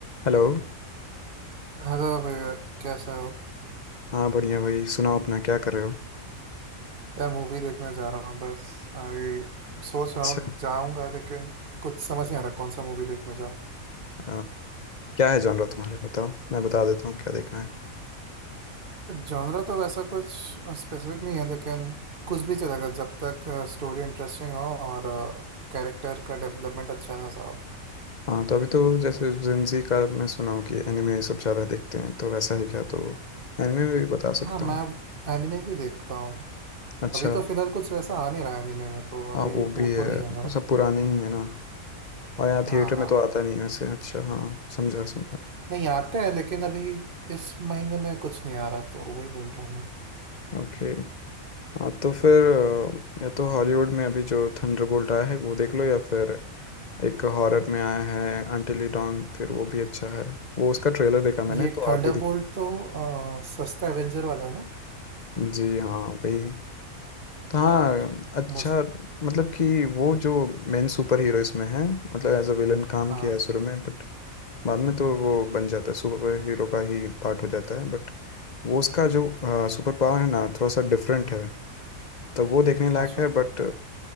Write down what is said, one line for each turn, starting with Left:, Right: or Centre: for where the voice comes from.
Left: Hello
Right: Hello भैया कैसा हो
Left: हाँ बढ़िया भाई सुनाओ अपना क्या कर रहे हो
Right: यार मूवी देखने जा रहा हूँ बस अभी सोच
Left: अच्छा
Right: रहा हूँ जाऊंगा लेकिन कुछ समझ नहीं आ रहा कौन सा मूवी देखने जाऊँ
Left: आ, क्या है जॉनर तुम्हारा बताओ मैं बता देता हूँ क्या देखना है
Right: जॉनरा तो वैसा कुछ स्पेसिफिक नहीं है लेकिन कुछ भी चलेगा जब तक स्टोरी इंटरेस्टिंग हो और कैरेक्टर का डेवलपमेंट अच्छा खासा हो
Left: हाँ तो अभी तो जैसे जेंजी का मैं सुना हूँ कि एनिमे सब ज़्यादा देखते हैं तो वैसा ही क्या तो एनिमे में भी बता
Right: हाँ
Left: सकता
Right: मैं
Left: हूँ
Right: एनिमे भी देखता हूँ
Left: अच्छा
Right: अभी तो फिलहाल कुछ वैसा आ नहीं रहा एनिमे में तो
Left: हाँ
Right: अभी
Left: वो
Right: वो
Left: भी है
Right: तो नहीं है मेरा
Left: वो सब पुराने ही है ना और यहाँ
Right: हाँ
Left: थिएटर
Right: हाँ
Left: में तो आता नहीं है वैसे अच्छा हाँ समझा समझा
Right: नहीं आते हैं लेकिन अभी इस महीने में कुछ नहीं आ रहा तो वही बोल रहा हूँ मैं
Left: ओके हाँ तो फिर अ, या तो हॉलीवुड में अभी जो थंडरबोल्ट आया है वो देख लो या फिर एक हॉरर में आया है अंटिल यू डॉन फिर वो भी अच्छा है वो उसका ट्रेलर देखा मैंने
Right: ये
Left: तो
Right: थंडरबोल्ट
Left: आप भी देख
Right: तो अ, सस्ता एवेंजर वाला है ना
Left: जी हाँ वही तो हाँ
Right: यार
Left: अच्छा
Right: मुझे
Left: मतलब कि वो जो मेन सुपर हीरो इसमें है मतलब एज अ विलन काम
Right: हाँ
Left: किया है शुरू में बट बाद में तो वो बन जाता है सुपर हीरो का ही पार्ट हो जाता है बट वो उसका जो सुपर पावर है ना थोड़ा सा डिफरेंट है तो वो देखने लायक
Right: अच्छा
Left: है बट